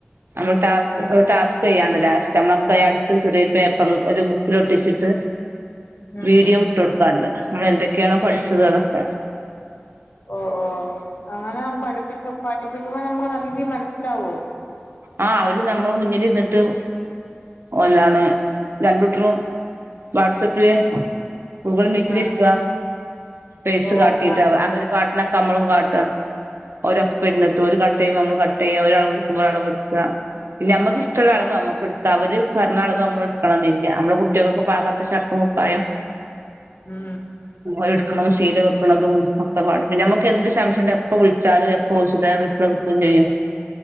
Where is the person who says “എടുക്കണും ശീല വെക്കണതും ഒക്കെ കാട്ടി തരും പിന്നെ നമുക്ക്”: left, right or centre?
Right